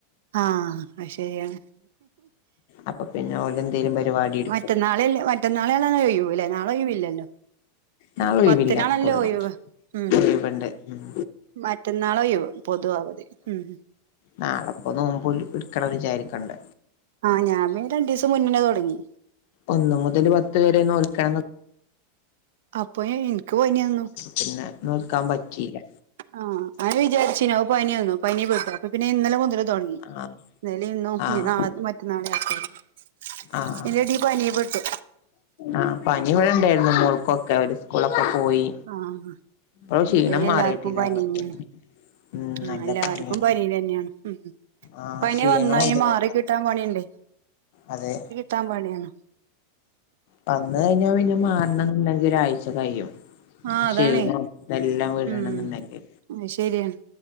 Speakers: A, on the right; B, on the left.
A: ആഹ് അത് ശരിയാണ്.
B: അപ്പൊ പിന്നെ ഓല് എന്തേലും പരിപാടി ഇട്ക്കും.
A: മറ്റന്നാളലേ മറ്റന്നാളേണലോ ഒയിവ് നാളെ ഒയിവില്ലല്ലോ?
B: നാളെ ഒഴിവില്ല
A: പത്തിനാണല്ലോ
B: സ്കൂളിന്
A: ഒയിവ്. ഉം
B: ഒഴിവുണ്ട് ഉം
A: മറ്റന്നാളെ ഒഴിവ് പൊതു അവധി ഉം.
B: നാളെ ഇപ്പൊ നോമ്പ് നോൽക്കണന്ന് വിചാരിക്കണ്ട്.
A: ആഹ് ഞാൻ പിന്നെ രണ്ടു ദിവസം മുന്നനേ തുടങ്ങി.
B: ഒന്നു മുതൽ പത്ത് വരെ നോൽക്കണം എന്നൊക്കെ.
A: അപ്പൊ എനിക്ക് പനിയ് വന്ന്.
B: പിന്നെ നോൽക്കാൻ പറ്റിയില്ല.
A: ആഹ് അങ്ങനെ വിചാരിച്ചിനു പനി വന്നു പനി പെട്ടു അപ്പ പിന്നെ ഇന്നലെ മുതല് തുടങ്ങി
B: ആഹ്
A: ഇന്നലെ ഇന്നും
B: ആഹ്
A: ഇനി നാളെ മറ്റന്നാളെ ആക്കാ കരുതി.
B: ആഹ്
A: അയിന്റെ ഇടയിൽ പനീപ്പെട്ടു.
B: ആഹ് പനിയിവിടെ ഉണ്ടായിരുന്നു മോൾക്കൊക്കെ അവരെ സ്കൂളൊക്കെ പോയി.
A: ആഹ്
B: ഇപ്പളും ക്ഷീണം
A: ഇപ്പയിന് എല്ലാർക്കും
B: മാറിയിട്ടില്ല
A: പനിയ്
B: ഓൾക്ക്
A: തന്നെയാണ്.
B: ഉം
A: ആഹ്
B: നല്ല
A: എല്ലാർക്കും
B: പനിയാണ്
A: പനി തന്നെയാണ് ഉം.
B: ആഹ്
A: പനി
B: ക്ഷീണോണ്ട്
A: വന്നാൽ ഈ മാറി
B: നല്ല
A: കിട്ടാൻ പണിയല്ലേ.
B: അതെ.
A: ട്ടാ പണിയാണ്.
B: വന്ന് കഴിഞ്ഞാൽ പിന്നെ മാറണം എന്നുണ്ടെങ്കിൽ ഒരാഴ്ച കഴിയും.
A: ആ
B: ക്ഷീണം
A: അതാണേ
B: ഇതെല്ലാം വിടണം
A: ഉം
B: എന്നു ണ്ടെങ്കില്.
A: അത് ശരിയാണ്